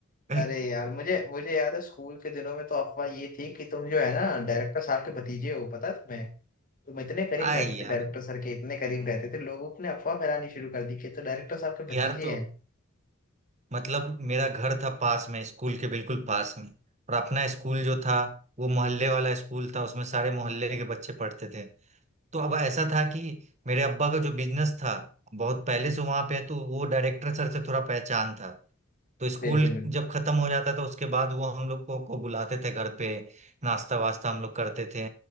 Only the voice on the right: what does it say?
<laughs>
आए
यार
यार तो
मतलब मेरा घर था पास में स्कूल के बिल्कुल पास में और अपना स्कूल जो था वो मोहल्ले वाला स्कूल था उसमें सारे मोहल्ले के बच्चे पढ़ते थे तो अब ऐसा था कि मेरे अब्बा का जो बिजनेस था बहुत पहले से वहां पे है तो वो डायरेक्टर सर से थोड़ा पहचान था तो स्कूल
जब खत्म हो जाता था उसके बाद वो हम लोग को, को बुलाते थे घर पे नाश्ता वास्ता हम लोग करते थे